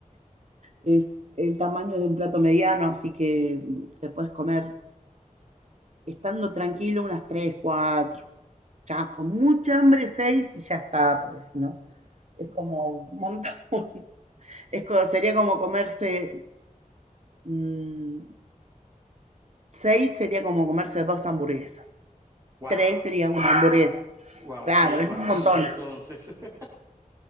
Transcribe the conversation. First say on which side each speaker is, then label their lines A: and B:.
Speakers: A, on the right; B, on the right.
A: es el tamaño de un plato mediano, así que mm, te puedes comer estando tranquilo unas 3 4 ya con mucha hambre 6 y ya está, porque si no, es como un montón. <laughs> Es como- sería como comerse mmm, 6 sería como comerse dos hamburguesas,
B: Wow,
A: 3 sería una hamburguesa,
B: wow,
A: claro,
B: sí es
A: es
B: bastante
A: un montón.
B: entonces. <laughs>